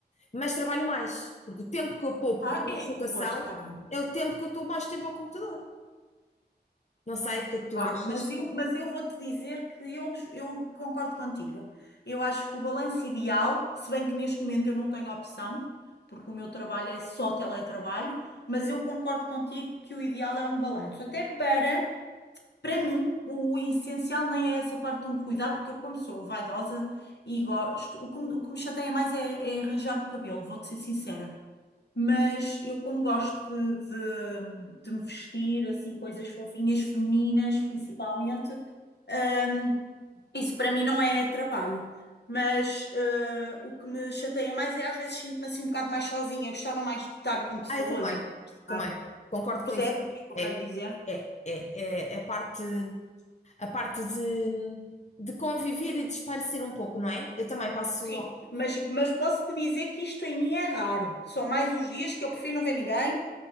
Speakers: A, on the left (about 40°); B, on the left (about 75°).
A: mas trabalho mais, porque o tempo que eu poupo
B: Ah,
A: de
B: é,
A: deslocação
B: pois, está bem.
A: é o tempo que eu estou mais tempo ao computador. Não sei o que é que tu
B: Olha,
A: achas.
B: mas eu, mas eu vou-te dizer que eu, eu concordo contigo. Eu acho que o balanço ideal, se bem que neste momento eu não tenho opção, porque o meu trabalho é só teletrabalho, mas eu concordo contigo que o ideal é um balanço. Até para. Para mim, o essencial nem é essa parte de me cuidar, porque eu, como sou vaidosa e gosto, o que me, o que me chateia mais é, é arranjar o cabelo, vou-te ser sincera. Mas eu, como gosto de, de, de me vestir, assim, coisas fofinhas, femininas, principalmente, hum, isso para mim não é trabalho. Mas eh, o que me chateia mais é às vezes sinto-me assim um bocado mais sozinha. Eu gostava mais de estar com pessoas
A: Ah, eu também,
B: e conversar.
A: também, concordo
B: Percebes
A: com isso.
B: o que eu quero
A: É,
B: dizer?
A: é, é, é é a parte. a parte de, de conviver e de esparecer um pouco, não é? Eu também passo.
B: Sim,
A: ao-
B: mas, mas posso te dizer que isto em mim é raro. São mais os dias que eu prefiro não ver ninguém